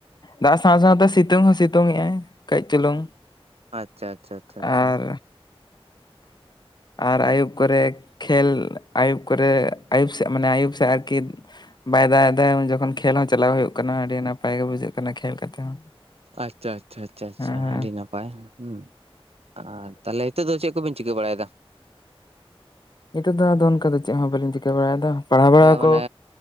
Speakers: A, on the left (about 45°); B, on the right (about 85°).
A: ᱫᱟᱜ ᱥᱟᱶ ᱥᱟᱶᱛᱮ ᱥᱤᱛᱩᱝ ᱦᱚᱸ ᱥᱤᱛᱩᱝ ᱮᱸᱜ ᱟᱭ ᱠᱟᱹᱡ ᱪᱩᱞᱩᱝ᱾
B: ᱟᱪᱪᱷᱟ, ᱟᱪᱪᱷᱟ, ᱟᱪᱪᱷᱟ, ᱟᱪᱪᱷᱟ᱾
A: ᱟᱨ ᱟᱨ ᱟᱭᱩᱵ ᱠᱚᱨᱮ ᱠᱷᱮᱞ ᱟᱭᱩᱵ ᱠᱚᱨᱮ ᱟᱹᱭᱩᱵ ᱥᱮ ᱢᱟᱱᱮ ᱟᱹᱭᱩᱵ ᱥᱮ ᱟᱨᱠᱤ ᱵᱟᱭ ᱫᱟᱜ ᱮᱫᱟ ᱩᱱ ᱡᱚᱠᱷᱚᱱ ᱠᱷᱮᱞ ᱦᱚᱸ ᱪᱟᱞᱟᱣ ᱦᱩᱭᱩᱜ ᱠᱟᱱᱟ ᱟᱹᱰᱤ ᱱᱟᱯᱟᱭ ᱜᱮ ᱵᱩᱡᱷᱟᱹᱜ ᱠᱟᱱᱟ ᱠᱷᱮᱞ ᱠᱟᱛᱮ ᱦᱚᱸ᱾
B: ᱟᱪᱪᱷᱟ, ᱟᱪᱪᱷᱟ, ᱟᱪᱪᱷᱟ, ᱟᱪᱪᱷᱟ,
A: ᱦᱮᱸ ᱦᱮᱸ
B: ᱟᱹᱰᱤ ᱱᱟᱯᱟᱭ ᱦᱩᱸ, ᱟᱨ ᱛᱟᱦᱞᱮ ᱱᱤᱛᱚᱜ ᱫᱚ ᱪᱮᱜ ᱵᱤᱱ ᱪᱤᱠᱟᱹ ᱵᱟᱲᱟᱭ ᱫᱟ?
A: ᱱᱤᱛᱚᱜ ᱫᱚ ᱟᱫᱚ ᱚᱱᱠᱟ ᱫᱚ ᱪᱮᱫ ᱦᱚᱸ ᱵᱟᱹᱞᱤᱧ ᱪᱤᱠᱟᱹ ᱵᱟᱲᱟᱭ ᱫᱟ, ᱯᱟᱲᱦᱟᱣ ᱵᱟᱲᱟ
B: ᱢᱟᱱᱮ
A: ᱠᱚ